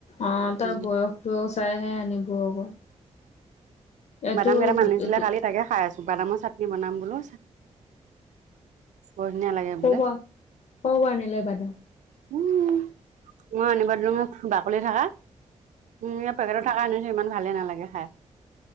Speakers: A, on the left (about 60°); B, on the right (about 85°).
A: অ', তাৰ
B: উম
A: বয়সটোও চাইহে আনিব আকৌ। এইটো
B: বাদাম কেইটামান
A: কৰ
B: আনিছিলে কালি তাকে খাই আছো। বাদামৰ চাটনি বনাম বোলো। বৰধুনীয়া লাগে
A: পৰা
B: বোলে।
A: কৰ পৰা আনিলে বাদাম
B: উম, মই আনিব দিলুং বাকলি থাকা উম, এ পেকেটত থকা আনিছে, ইমান ভালে নালাগে খাই।